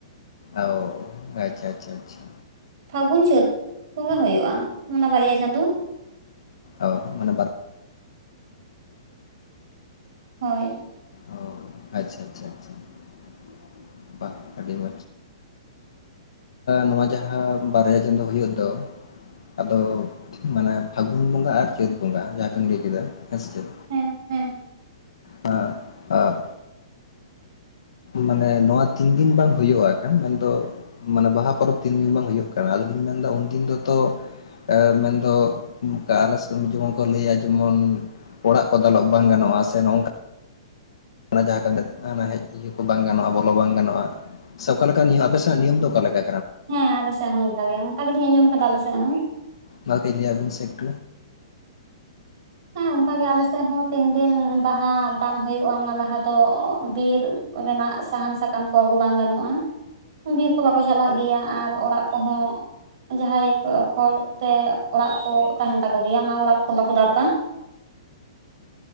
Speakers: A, on the left; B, on the right.
A: ᱚ ᱟᱪᱪᱷᱟ ᱟᱪᱪᱷᱟ ᱟᱪᱪᱷᱟ
B: ᱯᱷᱟᱹᱜᱩᱱ ᱪᱟᱹᱛ ᱠᱚᱝᱜᱟ ᱦᱩᱭᱩᱜᱼᱟ ᱚᱱᱟ ᱵᱟᱨᱭᱟ ᱪᱟᱸᱫᱚ᱾
A: ᱚ ᱢᱟᱱᱮ
B: ᱦᱳᱭ
A: ᱚ ᱟᱪᱪᱷᱟ ᱟᱪᱪᱷᱟ ᱟᱪᱪᱷᱟ ᱟᱹᱰᱤ ᱢᱚᱡᱽ ᱱᱚᱣᱟ ᱡᱟᱦᱟᱸ ᱵᱟᱨᱭᱟ ᱪᱟᱸᱫᱚ ᱦᱩᱭᱩᱜ ᱫᱚ ᱟᱫᱚ ᱢᱟᱱᱮ ᱯᱷᱟᱹᱜᱩᱱ ᱵᱚᱸᱜᱟ ᱟᱨ ᱪᱟᱹᱛ ᱵᱚᱸᱜᱟ᱾ ᱡᱟᱦᱟᱸ ᱠᱚᱧ ᱞᱟᱹᱭ ᱠᱮᱫᱟ ᱦᱮᱸ ᱥᱮ ᱪᱮᱫ
B: ᱦᱮᱸ ᱦᱮᱸ
A: ᱟ ᱢᱟᱱᱮ ᱱᱚᱣᱟ ᱛᱤᱱ ᱫᱤᱱ ᱵᱟᱝ ᱦᱩᱭᱩᱜ ᱠᱟᱱ ᱢᱮᱱᱫᱚ ᱢᱟᱱᱮ ᱵᱟᱦᱟ ᱯᱚᱨᱚᱵᱽ ᱛᱤᱱ ᱫᱤᱱ ᱵᱟᱝ ᱦᱩᱭᱩᱜ ᱠᱟᱱᱟ? ᱟᱞᱤᱧ ᱢᱮᱱᱫᱟ ᱩᱱᱫᱤᱱ ᱫᱚᱛᱚ᱾ ᱢᱮᱱᱫᱚ ᱚᱱᱠᱟ ᱟᱞᱮ ᱥᱮᱫ ᱡᱮᱢᱚᱱ ᱠᱚ ᱞᱟᱹᱭᱟ ᱡᱮᱢᱚᱱ ᱚᱲᱟᱜ ᱠᱚ ᱫᱟᱞᱚᱵ ᱵᱟᱝ ᱜᱟᱱᱚᱜᱼᱟ ᱥᱮ ᱱᱚᱝᱠᱟ ᱚᱱᱟ ᱡᱟᱦᱟᱸ ᱢᱮ ᱦᱮᱡ ᱤᱭᱟᱹ ᱠᱚ ᱵᱟᱝ ᱜᱟᱱᱚᱜᱼᱟ ᱵᱚᱞᱚ ᱵᱟᱝ ᱜᱟᱱᱚᱜᱼᱟ ᱥᱮ ᱚᱠᱟᱮ ᱱᱤᱭᱚᱢ ᱟᱯᱮ ᱥᱮᱱᱟᱜ ᱱᱤᱭᱚᱢ ᱫᱚ ᱚᱠᱟ ᱞᱮᱠᱟ?
B: ᱦᱮᱸ ᱟᱞᱮᱥᱮᱫ ᱦᱚᱸ ᱚᱱᱠᱟ ᱜᱮ ᱚᱱᱠᱟ ᱜᱮᱞᱤᱧ ᱟᱸᱡᱚᱢ ᱟᱠᱟᱫᱟ ᱟᱞᱮᱥᱮᱫ ᱦᱚᱸ᱾
A: ᱚᱱᱟ ᱜᱮ ᱞᱟᱹᱭᱟ ᱵᱤᱱ ᱥᱮᱠᱴ
B: ᱦᱮᱸ ᱚᱱᱠᱟᱜ ᱜᱮ ᱟᱞᱮ ᱥᱮᱫ ᱦᱚᱸ ᱛᱤᱱ ᱫᱤᱱ ᱵᱟᱦᱟ ᱵᱟᱝ ᱦᱩᱭᱩᱜᱼᱟ᱾ ᱚᱱᱟ ᱞᱟᱦᱟ ᱫᱚ ᱵᱤᱨ ᱚᱰᱮᱱᱟᱜ ᱥᱟᱦᱟᱱ ᱥᱟᱠᱟᱢ ᱠᱚ ᱟᱹᱜᱩ ᱵᱟᱝ ᱜᱟᱱᱚᱜᱼᱟ᱾ ᱵᱤᱨ ᱠᱚ ᱵᱟᱠᱚ ᱪᱟᱞᱟᱜ ᱜᱮᱭᱟ ᱟᱨ ᱚᱲᱟᱜ ᱠᱚᱦᱚᱸ ᱡᱟᱦᱟᱸᱭ ᱠᱷᱚᱲ ᱛᱮ ᱚᱲᱟᱜ ᱠᱚ ᱛᱟᱦᱮᱱ ᱛᱟᱠᱚ ᱜᱮᱭᱟ ᱚᱱᱟ ᱚᱲᱟᱜ ᱠᱚ ᱵᱟᱠᱚ ᱫᱟᱞᱵᱟ